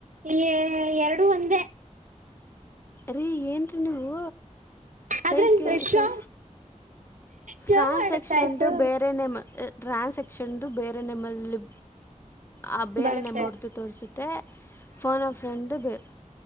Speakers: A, on the right; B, on the left.
A: ಏ ಎರಡು ಒಂದೇ
B: ರೀ ಏನ್ ರೀ ನೀವು
A: ಆದ್ರೆ
B: ಸೈಕೆ
A: ಶೋ
B: ಸ
A: ಶೋ
B: ಟ್ರಾನ್ಸಾಕ್ಷನ್ದು
A: ಮಾಡುತ್ತಾಯ್ತು
B: ಬೇರೆ ಮ್ ಟ್ರಾನ್ಸಾಕ್ಷನ್ದು ಬೇರೆ ನೆಮಲ್ಲಿ ಆ ಬೇರೆನೆೇಮೊರ್ದು
A: ಬರುತ್ತೆ
B: ತೋರಿಸುತ್ತೆ ಫೋನ ಫ್ರೆಂಡ್ ದು ಬೆರ್